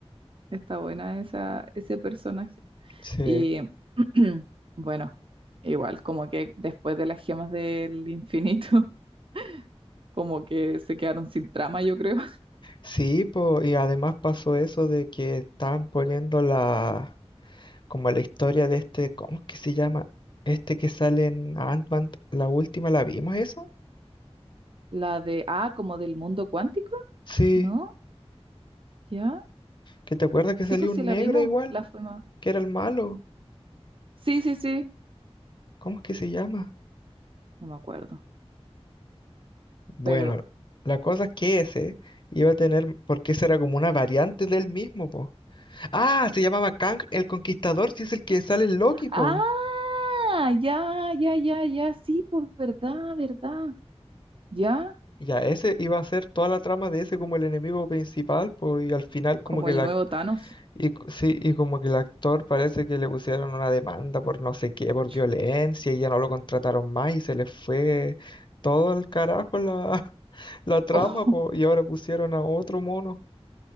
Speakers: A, on the right; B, on the left.
A: Está buena esa, ese personaje.
B: Sí,
A: Y <clears throat> bueno, igual, como que después de las gemas del infinito, <laughs> como que se quedaron sin trama, yo creo.
B: sí, po, y además pasó eso de que estaban poniendo la, como la historia de este, ¿cómo es que se llama? Este que sale en Ant-Man, la última, ¿la vimos esa?
A: La de, ah, como del mundo cuántico,
B: Sí,
A: ¿no? ¿Ya?
B: que te acuerdas que
A: Sí,
B: salió
A: pues
B: un
A: sí la
B: negro
A: vimos,
B: igual,
A: la fuimos.
B: que era el malo.
A: Sí, sí, sí.
B: ¿Cómo es que se llama?
A: No me acuerdo.
B: Bueno,
A: Pero.
B: la cosa es que ese iba a tener, porque ese era como una variante del mismo, po. Ah, se llamaba Kang el Conquistador, si es el que sale en Loki, po.
A: ¡Ah! Ya, ya, ya, ya. Sí, pues verdad, verdad. Ya.
B: Ya, ese iba a ser toda la trama de ese como el enemigo principal, po, y al final como
A: Como
B: que
A: el
B: la,
A: nuevo Thanos.
B: Y cu- sí, y como que el actor parece que le pusieron una demanda por no sé qué, por
A: Chu.
B: violencia, y ya no lo contrataron más y se les fue todo al carajo la, <laughs> la trama,
A: <laughs>
B: po, y ahora pusieron a otro mono,